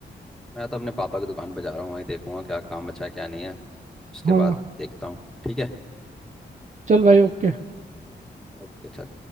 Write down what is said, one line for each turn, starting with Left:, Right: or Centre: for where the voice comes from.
Centre: मैं तो अपने पापा की दुकान पर जा रहा हूँ वहीं देखूंगा क्या काम बचा है क्या नहीं है उसके
Right: हाँ
Centre: बाद देखता हूँ ठीक है
Right: चल भाई ओके
Centre: ओके चल